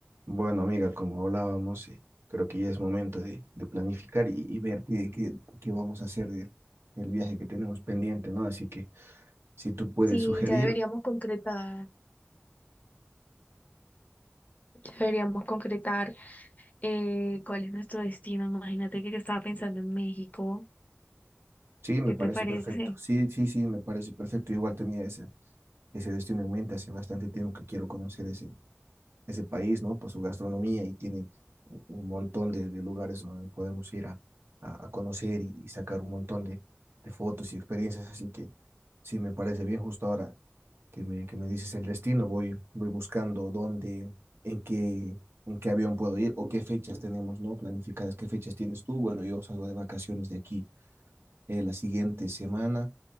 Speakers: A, on the right; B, on the left.
A: Bueno, amiga, como hablábamos, eh, creo que ya es momento de, de planificar y, y ver qué, qué, qué vamos a hacer de- del viaje que tenemos pendiente, ¿no? Así que si tú puedes
B: Sí,
A: sugerir,
B: ya deberíamos concretar, ya deberíamos concretar eh, cuál es nuestro destino. Imagínate que yo estaba pensando en México.
A: sí, me
B: ¿Qué
A: parece
B: te parece?
A: perfecto. Sí, sí, sí, me parece perfecto. Igual tenía ese, ese destino en mente hace bastante tiempo que quiero conocer ese, ese país, ¿no? Por su gastronomía y tiene un montón de, de lugares donde podemos ir a, a, a conocer y, y sacar un montón de, de fotos y experiencias. Así que sí, me parece bien justo ahora que me, que me dices el destino. Voy, voy buscando dónde, en qué, en qué avión puedo ir o qué fechas tenemos, ¿no? Planificadas, qué fechas tienes tú. Bueno, yo salgo de vacaciones de aquí eh, la siguiente semana.